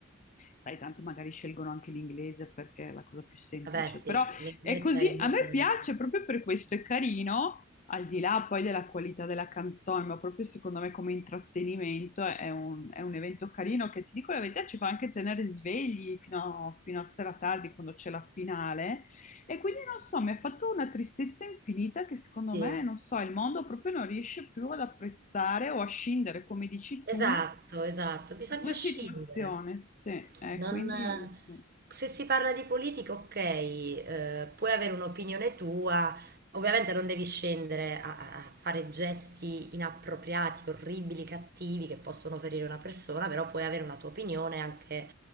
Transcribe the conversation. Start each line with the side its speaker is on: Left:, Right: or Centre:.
Left: sai, tanti magari scelgono anche l'inglese perché è la cosa più semplice,
Right: Vabbè, sì,
Left: però
Right: l'inglese
Left: è così,
Right: è il
Left: a
Right: mondo
Left: me
Right: in
Left: piace
Right: inglese.
Left: proprio per questo, è carino, al di là poi della qualità della canzone, ma proprio secondo me come intrattenimento è un, è un evento carino che ti dico la verità ci fa anche tenere svegli fino a, fino a sera tardi quando c'è la finale e quindi non so, mi ha fatto una tristezza infinita che secondo
Right: Sì.
Left: me, non so, il mondo proprio non riesce più ad apprezzare o a scindere, come dici
Right: Esatto,
Left: tu,
Right: esatto, bisogna
Left: Due
Right: scegliere.
Left: situazioni, sì, eh,
Right: Non,
Left: quindi
Right: eh,
Left: non so,
Right: se si parla di politica, ok, eh, puoi avere un'opinione tua, ovviamente non devi scendere a, a- a fare gesti inappropriati, orribili, cattivi che possono ferire una persona, però puoi avere una tua opinione anche,